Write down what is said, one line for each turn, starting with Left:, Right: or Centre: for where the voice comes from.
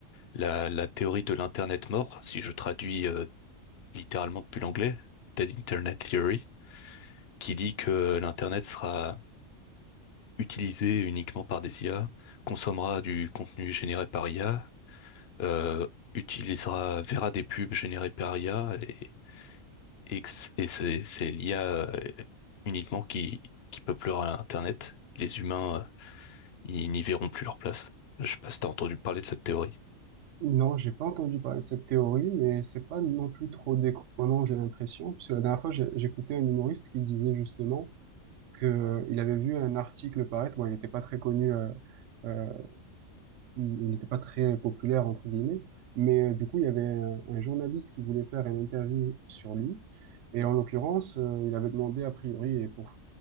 Left: la, la théorie de l'Internet mort, si je traduis euh, littéralement depuis l'anglais, Dead Internet Theory, qui dit que euh, l'Internet sera utilisé uniquement par des IA, consommera du contenu généré par IA, euh, utilisera, verra des pubs générées par IA et, que c- et c'est c'est l'IA euh, uniquement qui, qui peuplera Internet. Les humains, euh, ils n'y verront plus leur place. Je sais pas si t'as entendu parler de cette théorie.
Right: Non, j'ai pas entendu parler de cette théorie, mais c'est pas non plus trop déconnant, j'ai l'impression, puisque la dernière fois, j'ai- j'écoutais un humoriste qui disait justement que euh, il avait vu un article paraître, bon, il n'était pas très connu euh, euh, il n'était pas très populaire, entre guillemets, mais euh, du coup, il y avait un, un journaliste qui voulait faire une interview sur lui, et en l'occurrence, euh, il avait demandé, a priori, et pour,